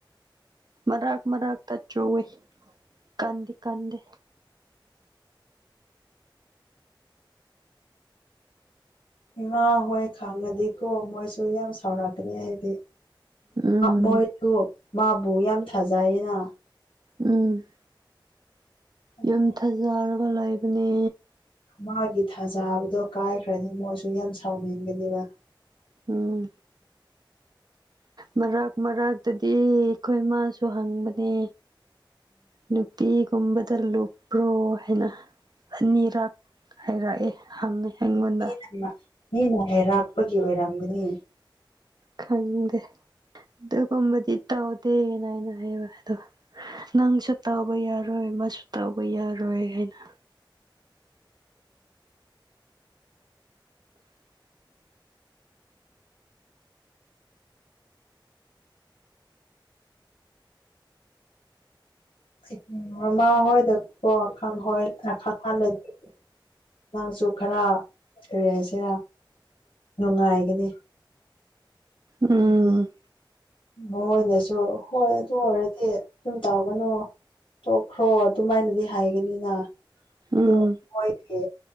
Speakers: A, on the right; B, on the left.
A: ꯃꯔꯥꯛ ꯃꯔꯥꯛ <unintelligible> ꯀꯗ ꯀꯟꯗꯦ
B: ꯏꯃꯥ ꯍꯣꯏ ꯈꯪꯉꯗꯤꯀꯣ ꯃꯣꯏꯁꯨ ꯌꯥꯝ ꯁꯥꯎꯔꯛꯀꯅꯤ ꯍꯥꯏꯗꯤ
A: ꯎꯝ
B: ꯃꯣꯏꯁꯨ ꯃꯥꯕꯨ ꯌꯥꯝ ꯊꯥꯖꯩꯅ
A: ꯎꯝ
B: ꯑꯗꯣ
A: ꯌꯥꯝ ꯊꯖꯔꯒ ꯂꯩꯕꯅꯦ
B: ꯃꯥꯒꯤ ꯊꯥꯖꯥꯕꯗꯣ ꯀꯥꯏꯈ꯭ꯔꯅꯤ ꯃꯣꯏꯁꯨ ꯌꯥꯝ ꯁꯥꯎꯅꯤꯡꯒꯅꯦꯕ
A: ꯎꯝ ꯃꯔꯛ ꯃꯔꯥꯛꯛꯇꯗꯤ ꯑꯩꯈꯣꯏ ꯃꯥꯁꯨ ꯍꯪꯕꯅꯦ ꯅꯨꯄꯤ ꯒꯨꯝꯕ ꯇ ꯂꯨꯞꯄ꯭ꯔꯣ ꯍꯥꯏꯅ ꯑꯅꯤꯔꯛ ꯍꯥꯏꯔꯛꯑꯦ ꯍꯪꯉꯦ ꯑꯩꯉꯣꯟꯗ
B: ꯃꯤꯅ ꯃꯤꯅ ꯍꯩꯔꯥꯛꯄꯒꯤ ꯑꯣꯏꯔꯝꯒꯅꯤ
A: ꯈꯪꯗꯦ ꯑꯗꯨꯒꯨꯝꯕꯗꯤ ꯇꯧꯗꯦꯅ ꯑꯩꯅ ꯍꯥꯏꯅ ꯍꯥꯏꯕ ꯑꯗꯣ ꯅꯪꯁꯨ ꯇꯧꯕ ꯌꯥꯔꯣꯏ ꯑꯃꯁꯨ ꯇꯧꯕ ꯌꯥꯔꯣꯏ ꯍꯥꯏꯅ
B: <unintelligible> ꯃꯃꯥ ꯍꯣꯏꯗꯀꯣ ꯑꯈꯪ ꯍꯣꯏꯈꯪ <unintelligible> ꯈꯔ ꯀꯔꯤ ꯍꯥꯏꯁꯤꯔ ꯅꯨꯡꯉꯥꯏꯒꯅꯤ
A: ꯎꯝ
B: ꯍꯥꯏꯗꯤ ꯃꯣꯏꯅꯁꯨ ꯍꯣꯏ ꯑꯗꯨ ꯑꯣꯏꯔꯗꯤ ꯑꯗꯨꯨꯝ ꯇꯧꯒꯅꯨ ꯈ꯭ꯔꯣ ꯑꯗꯨꯃꯥꯏꯅꯗꯤ ꯍꯥꯏꯒꯅꯤꯅꯥ ꯑꯗꯣ
A: ꯎꯝ
B: ꯈꯣꯏꯒꯤ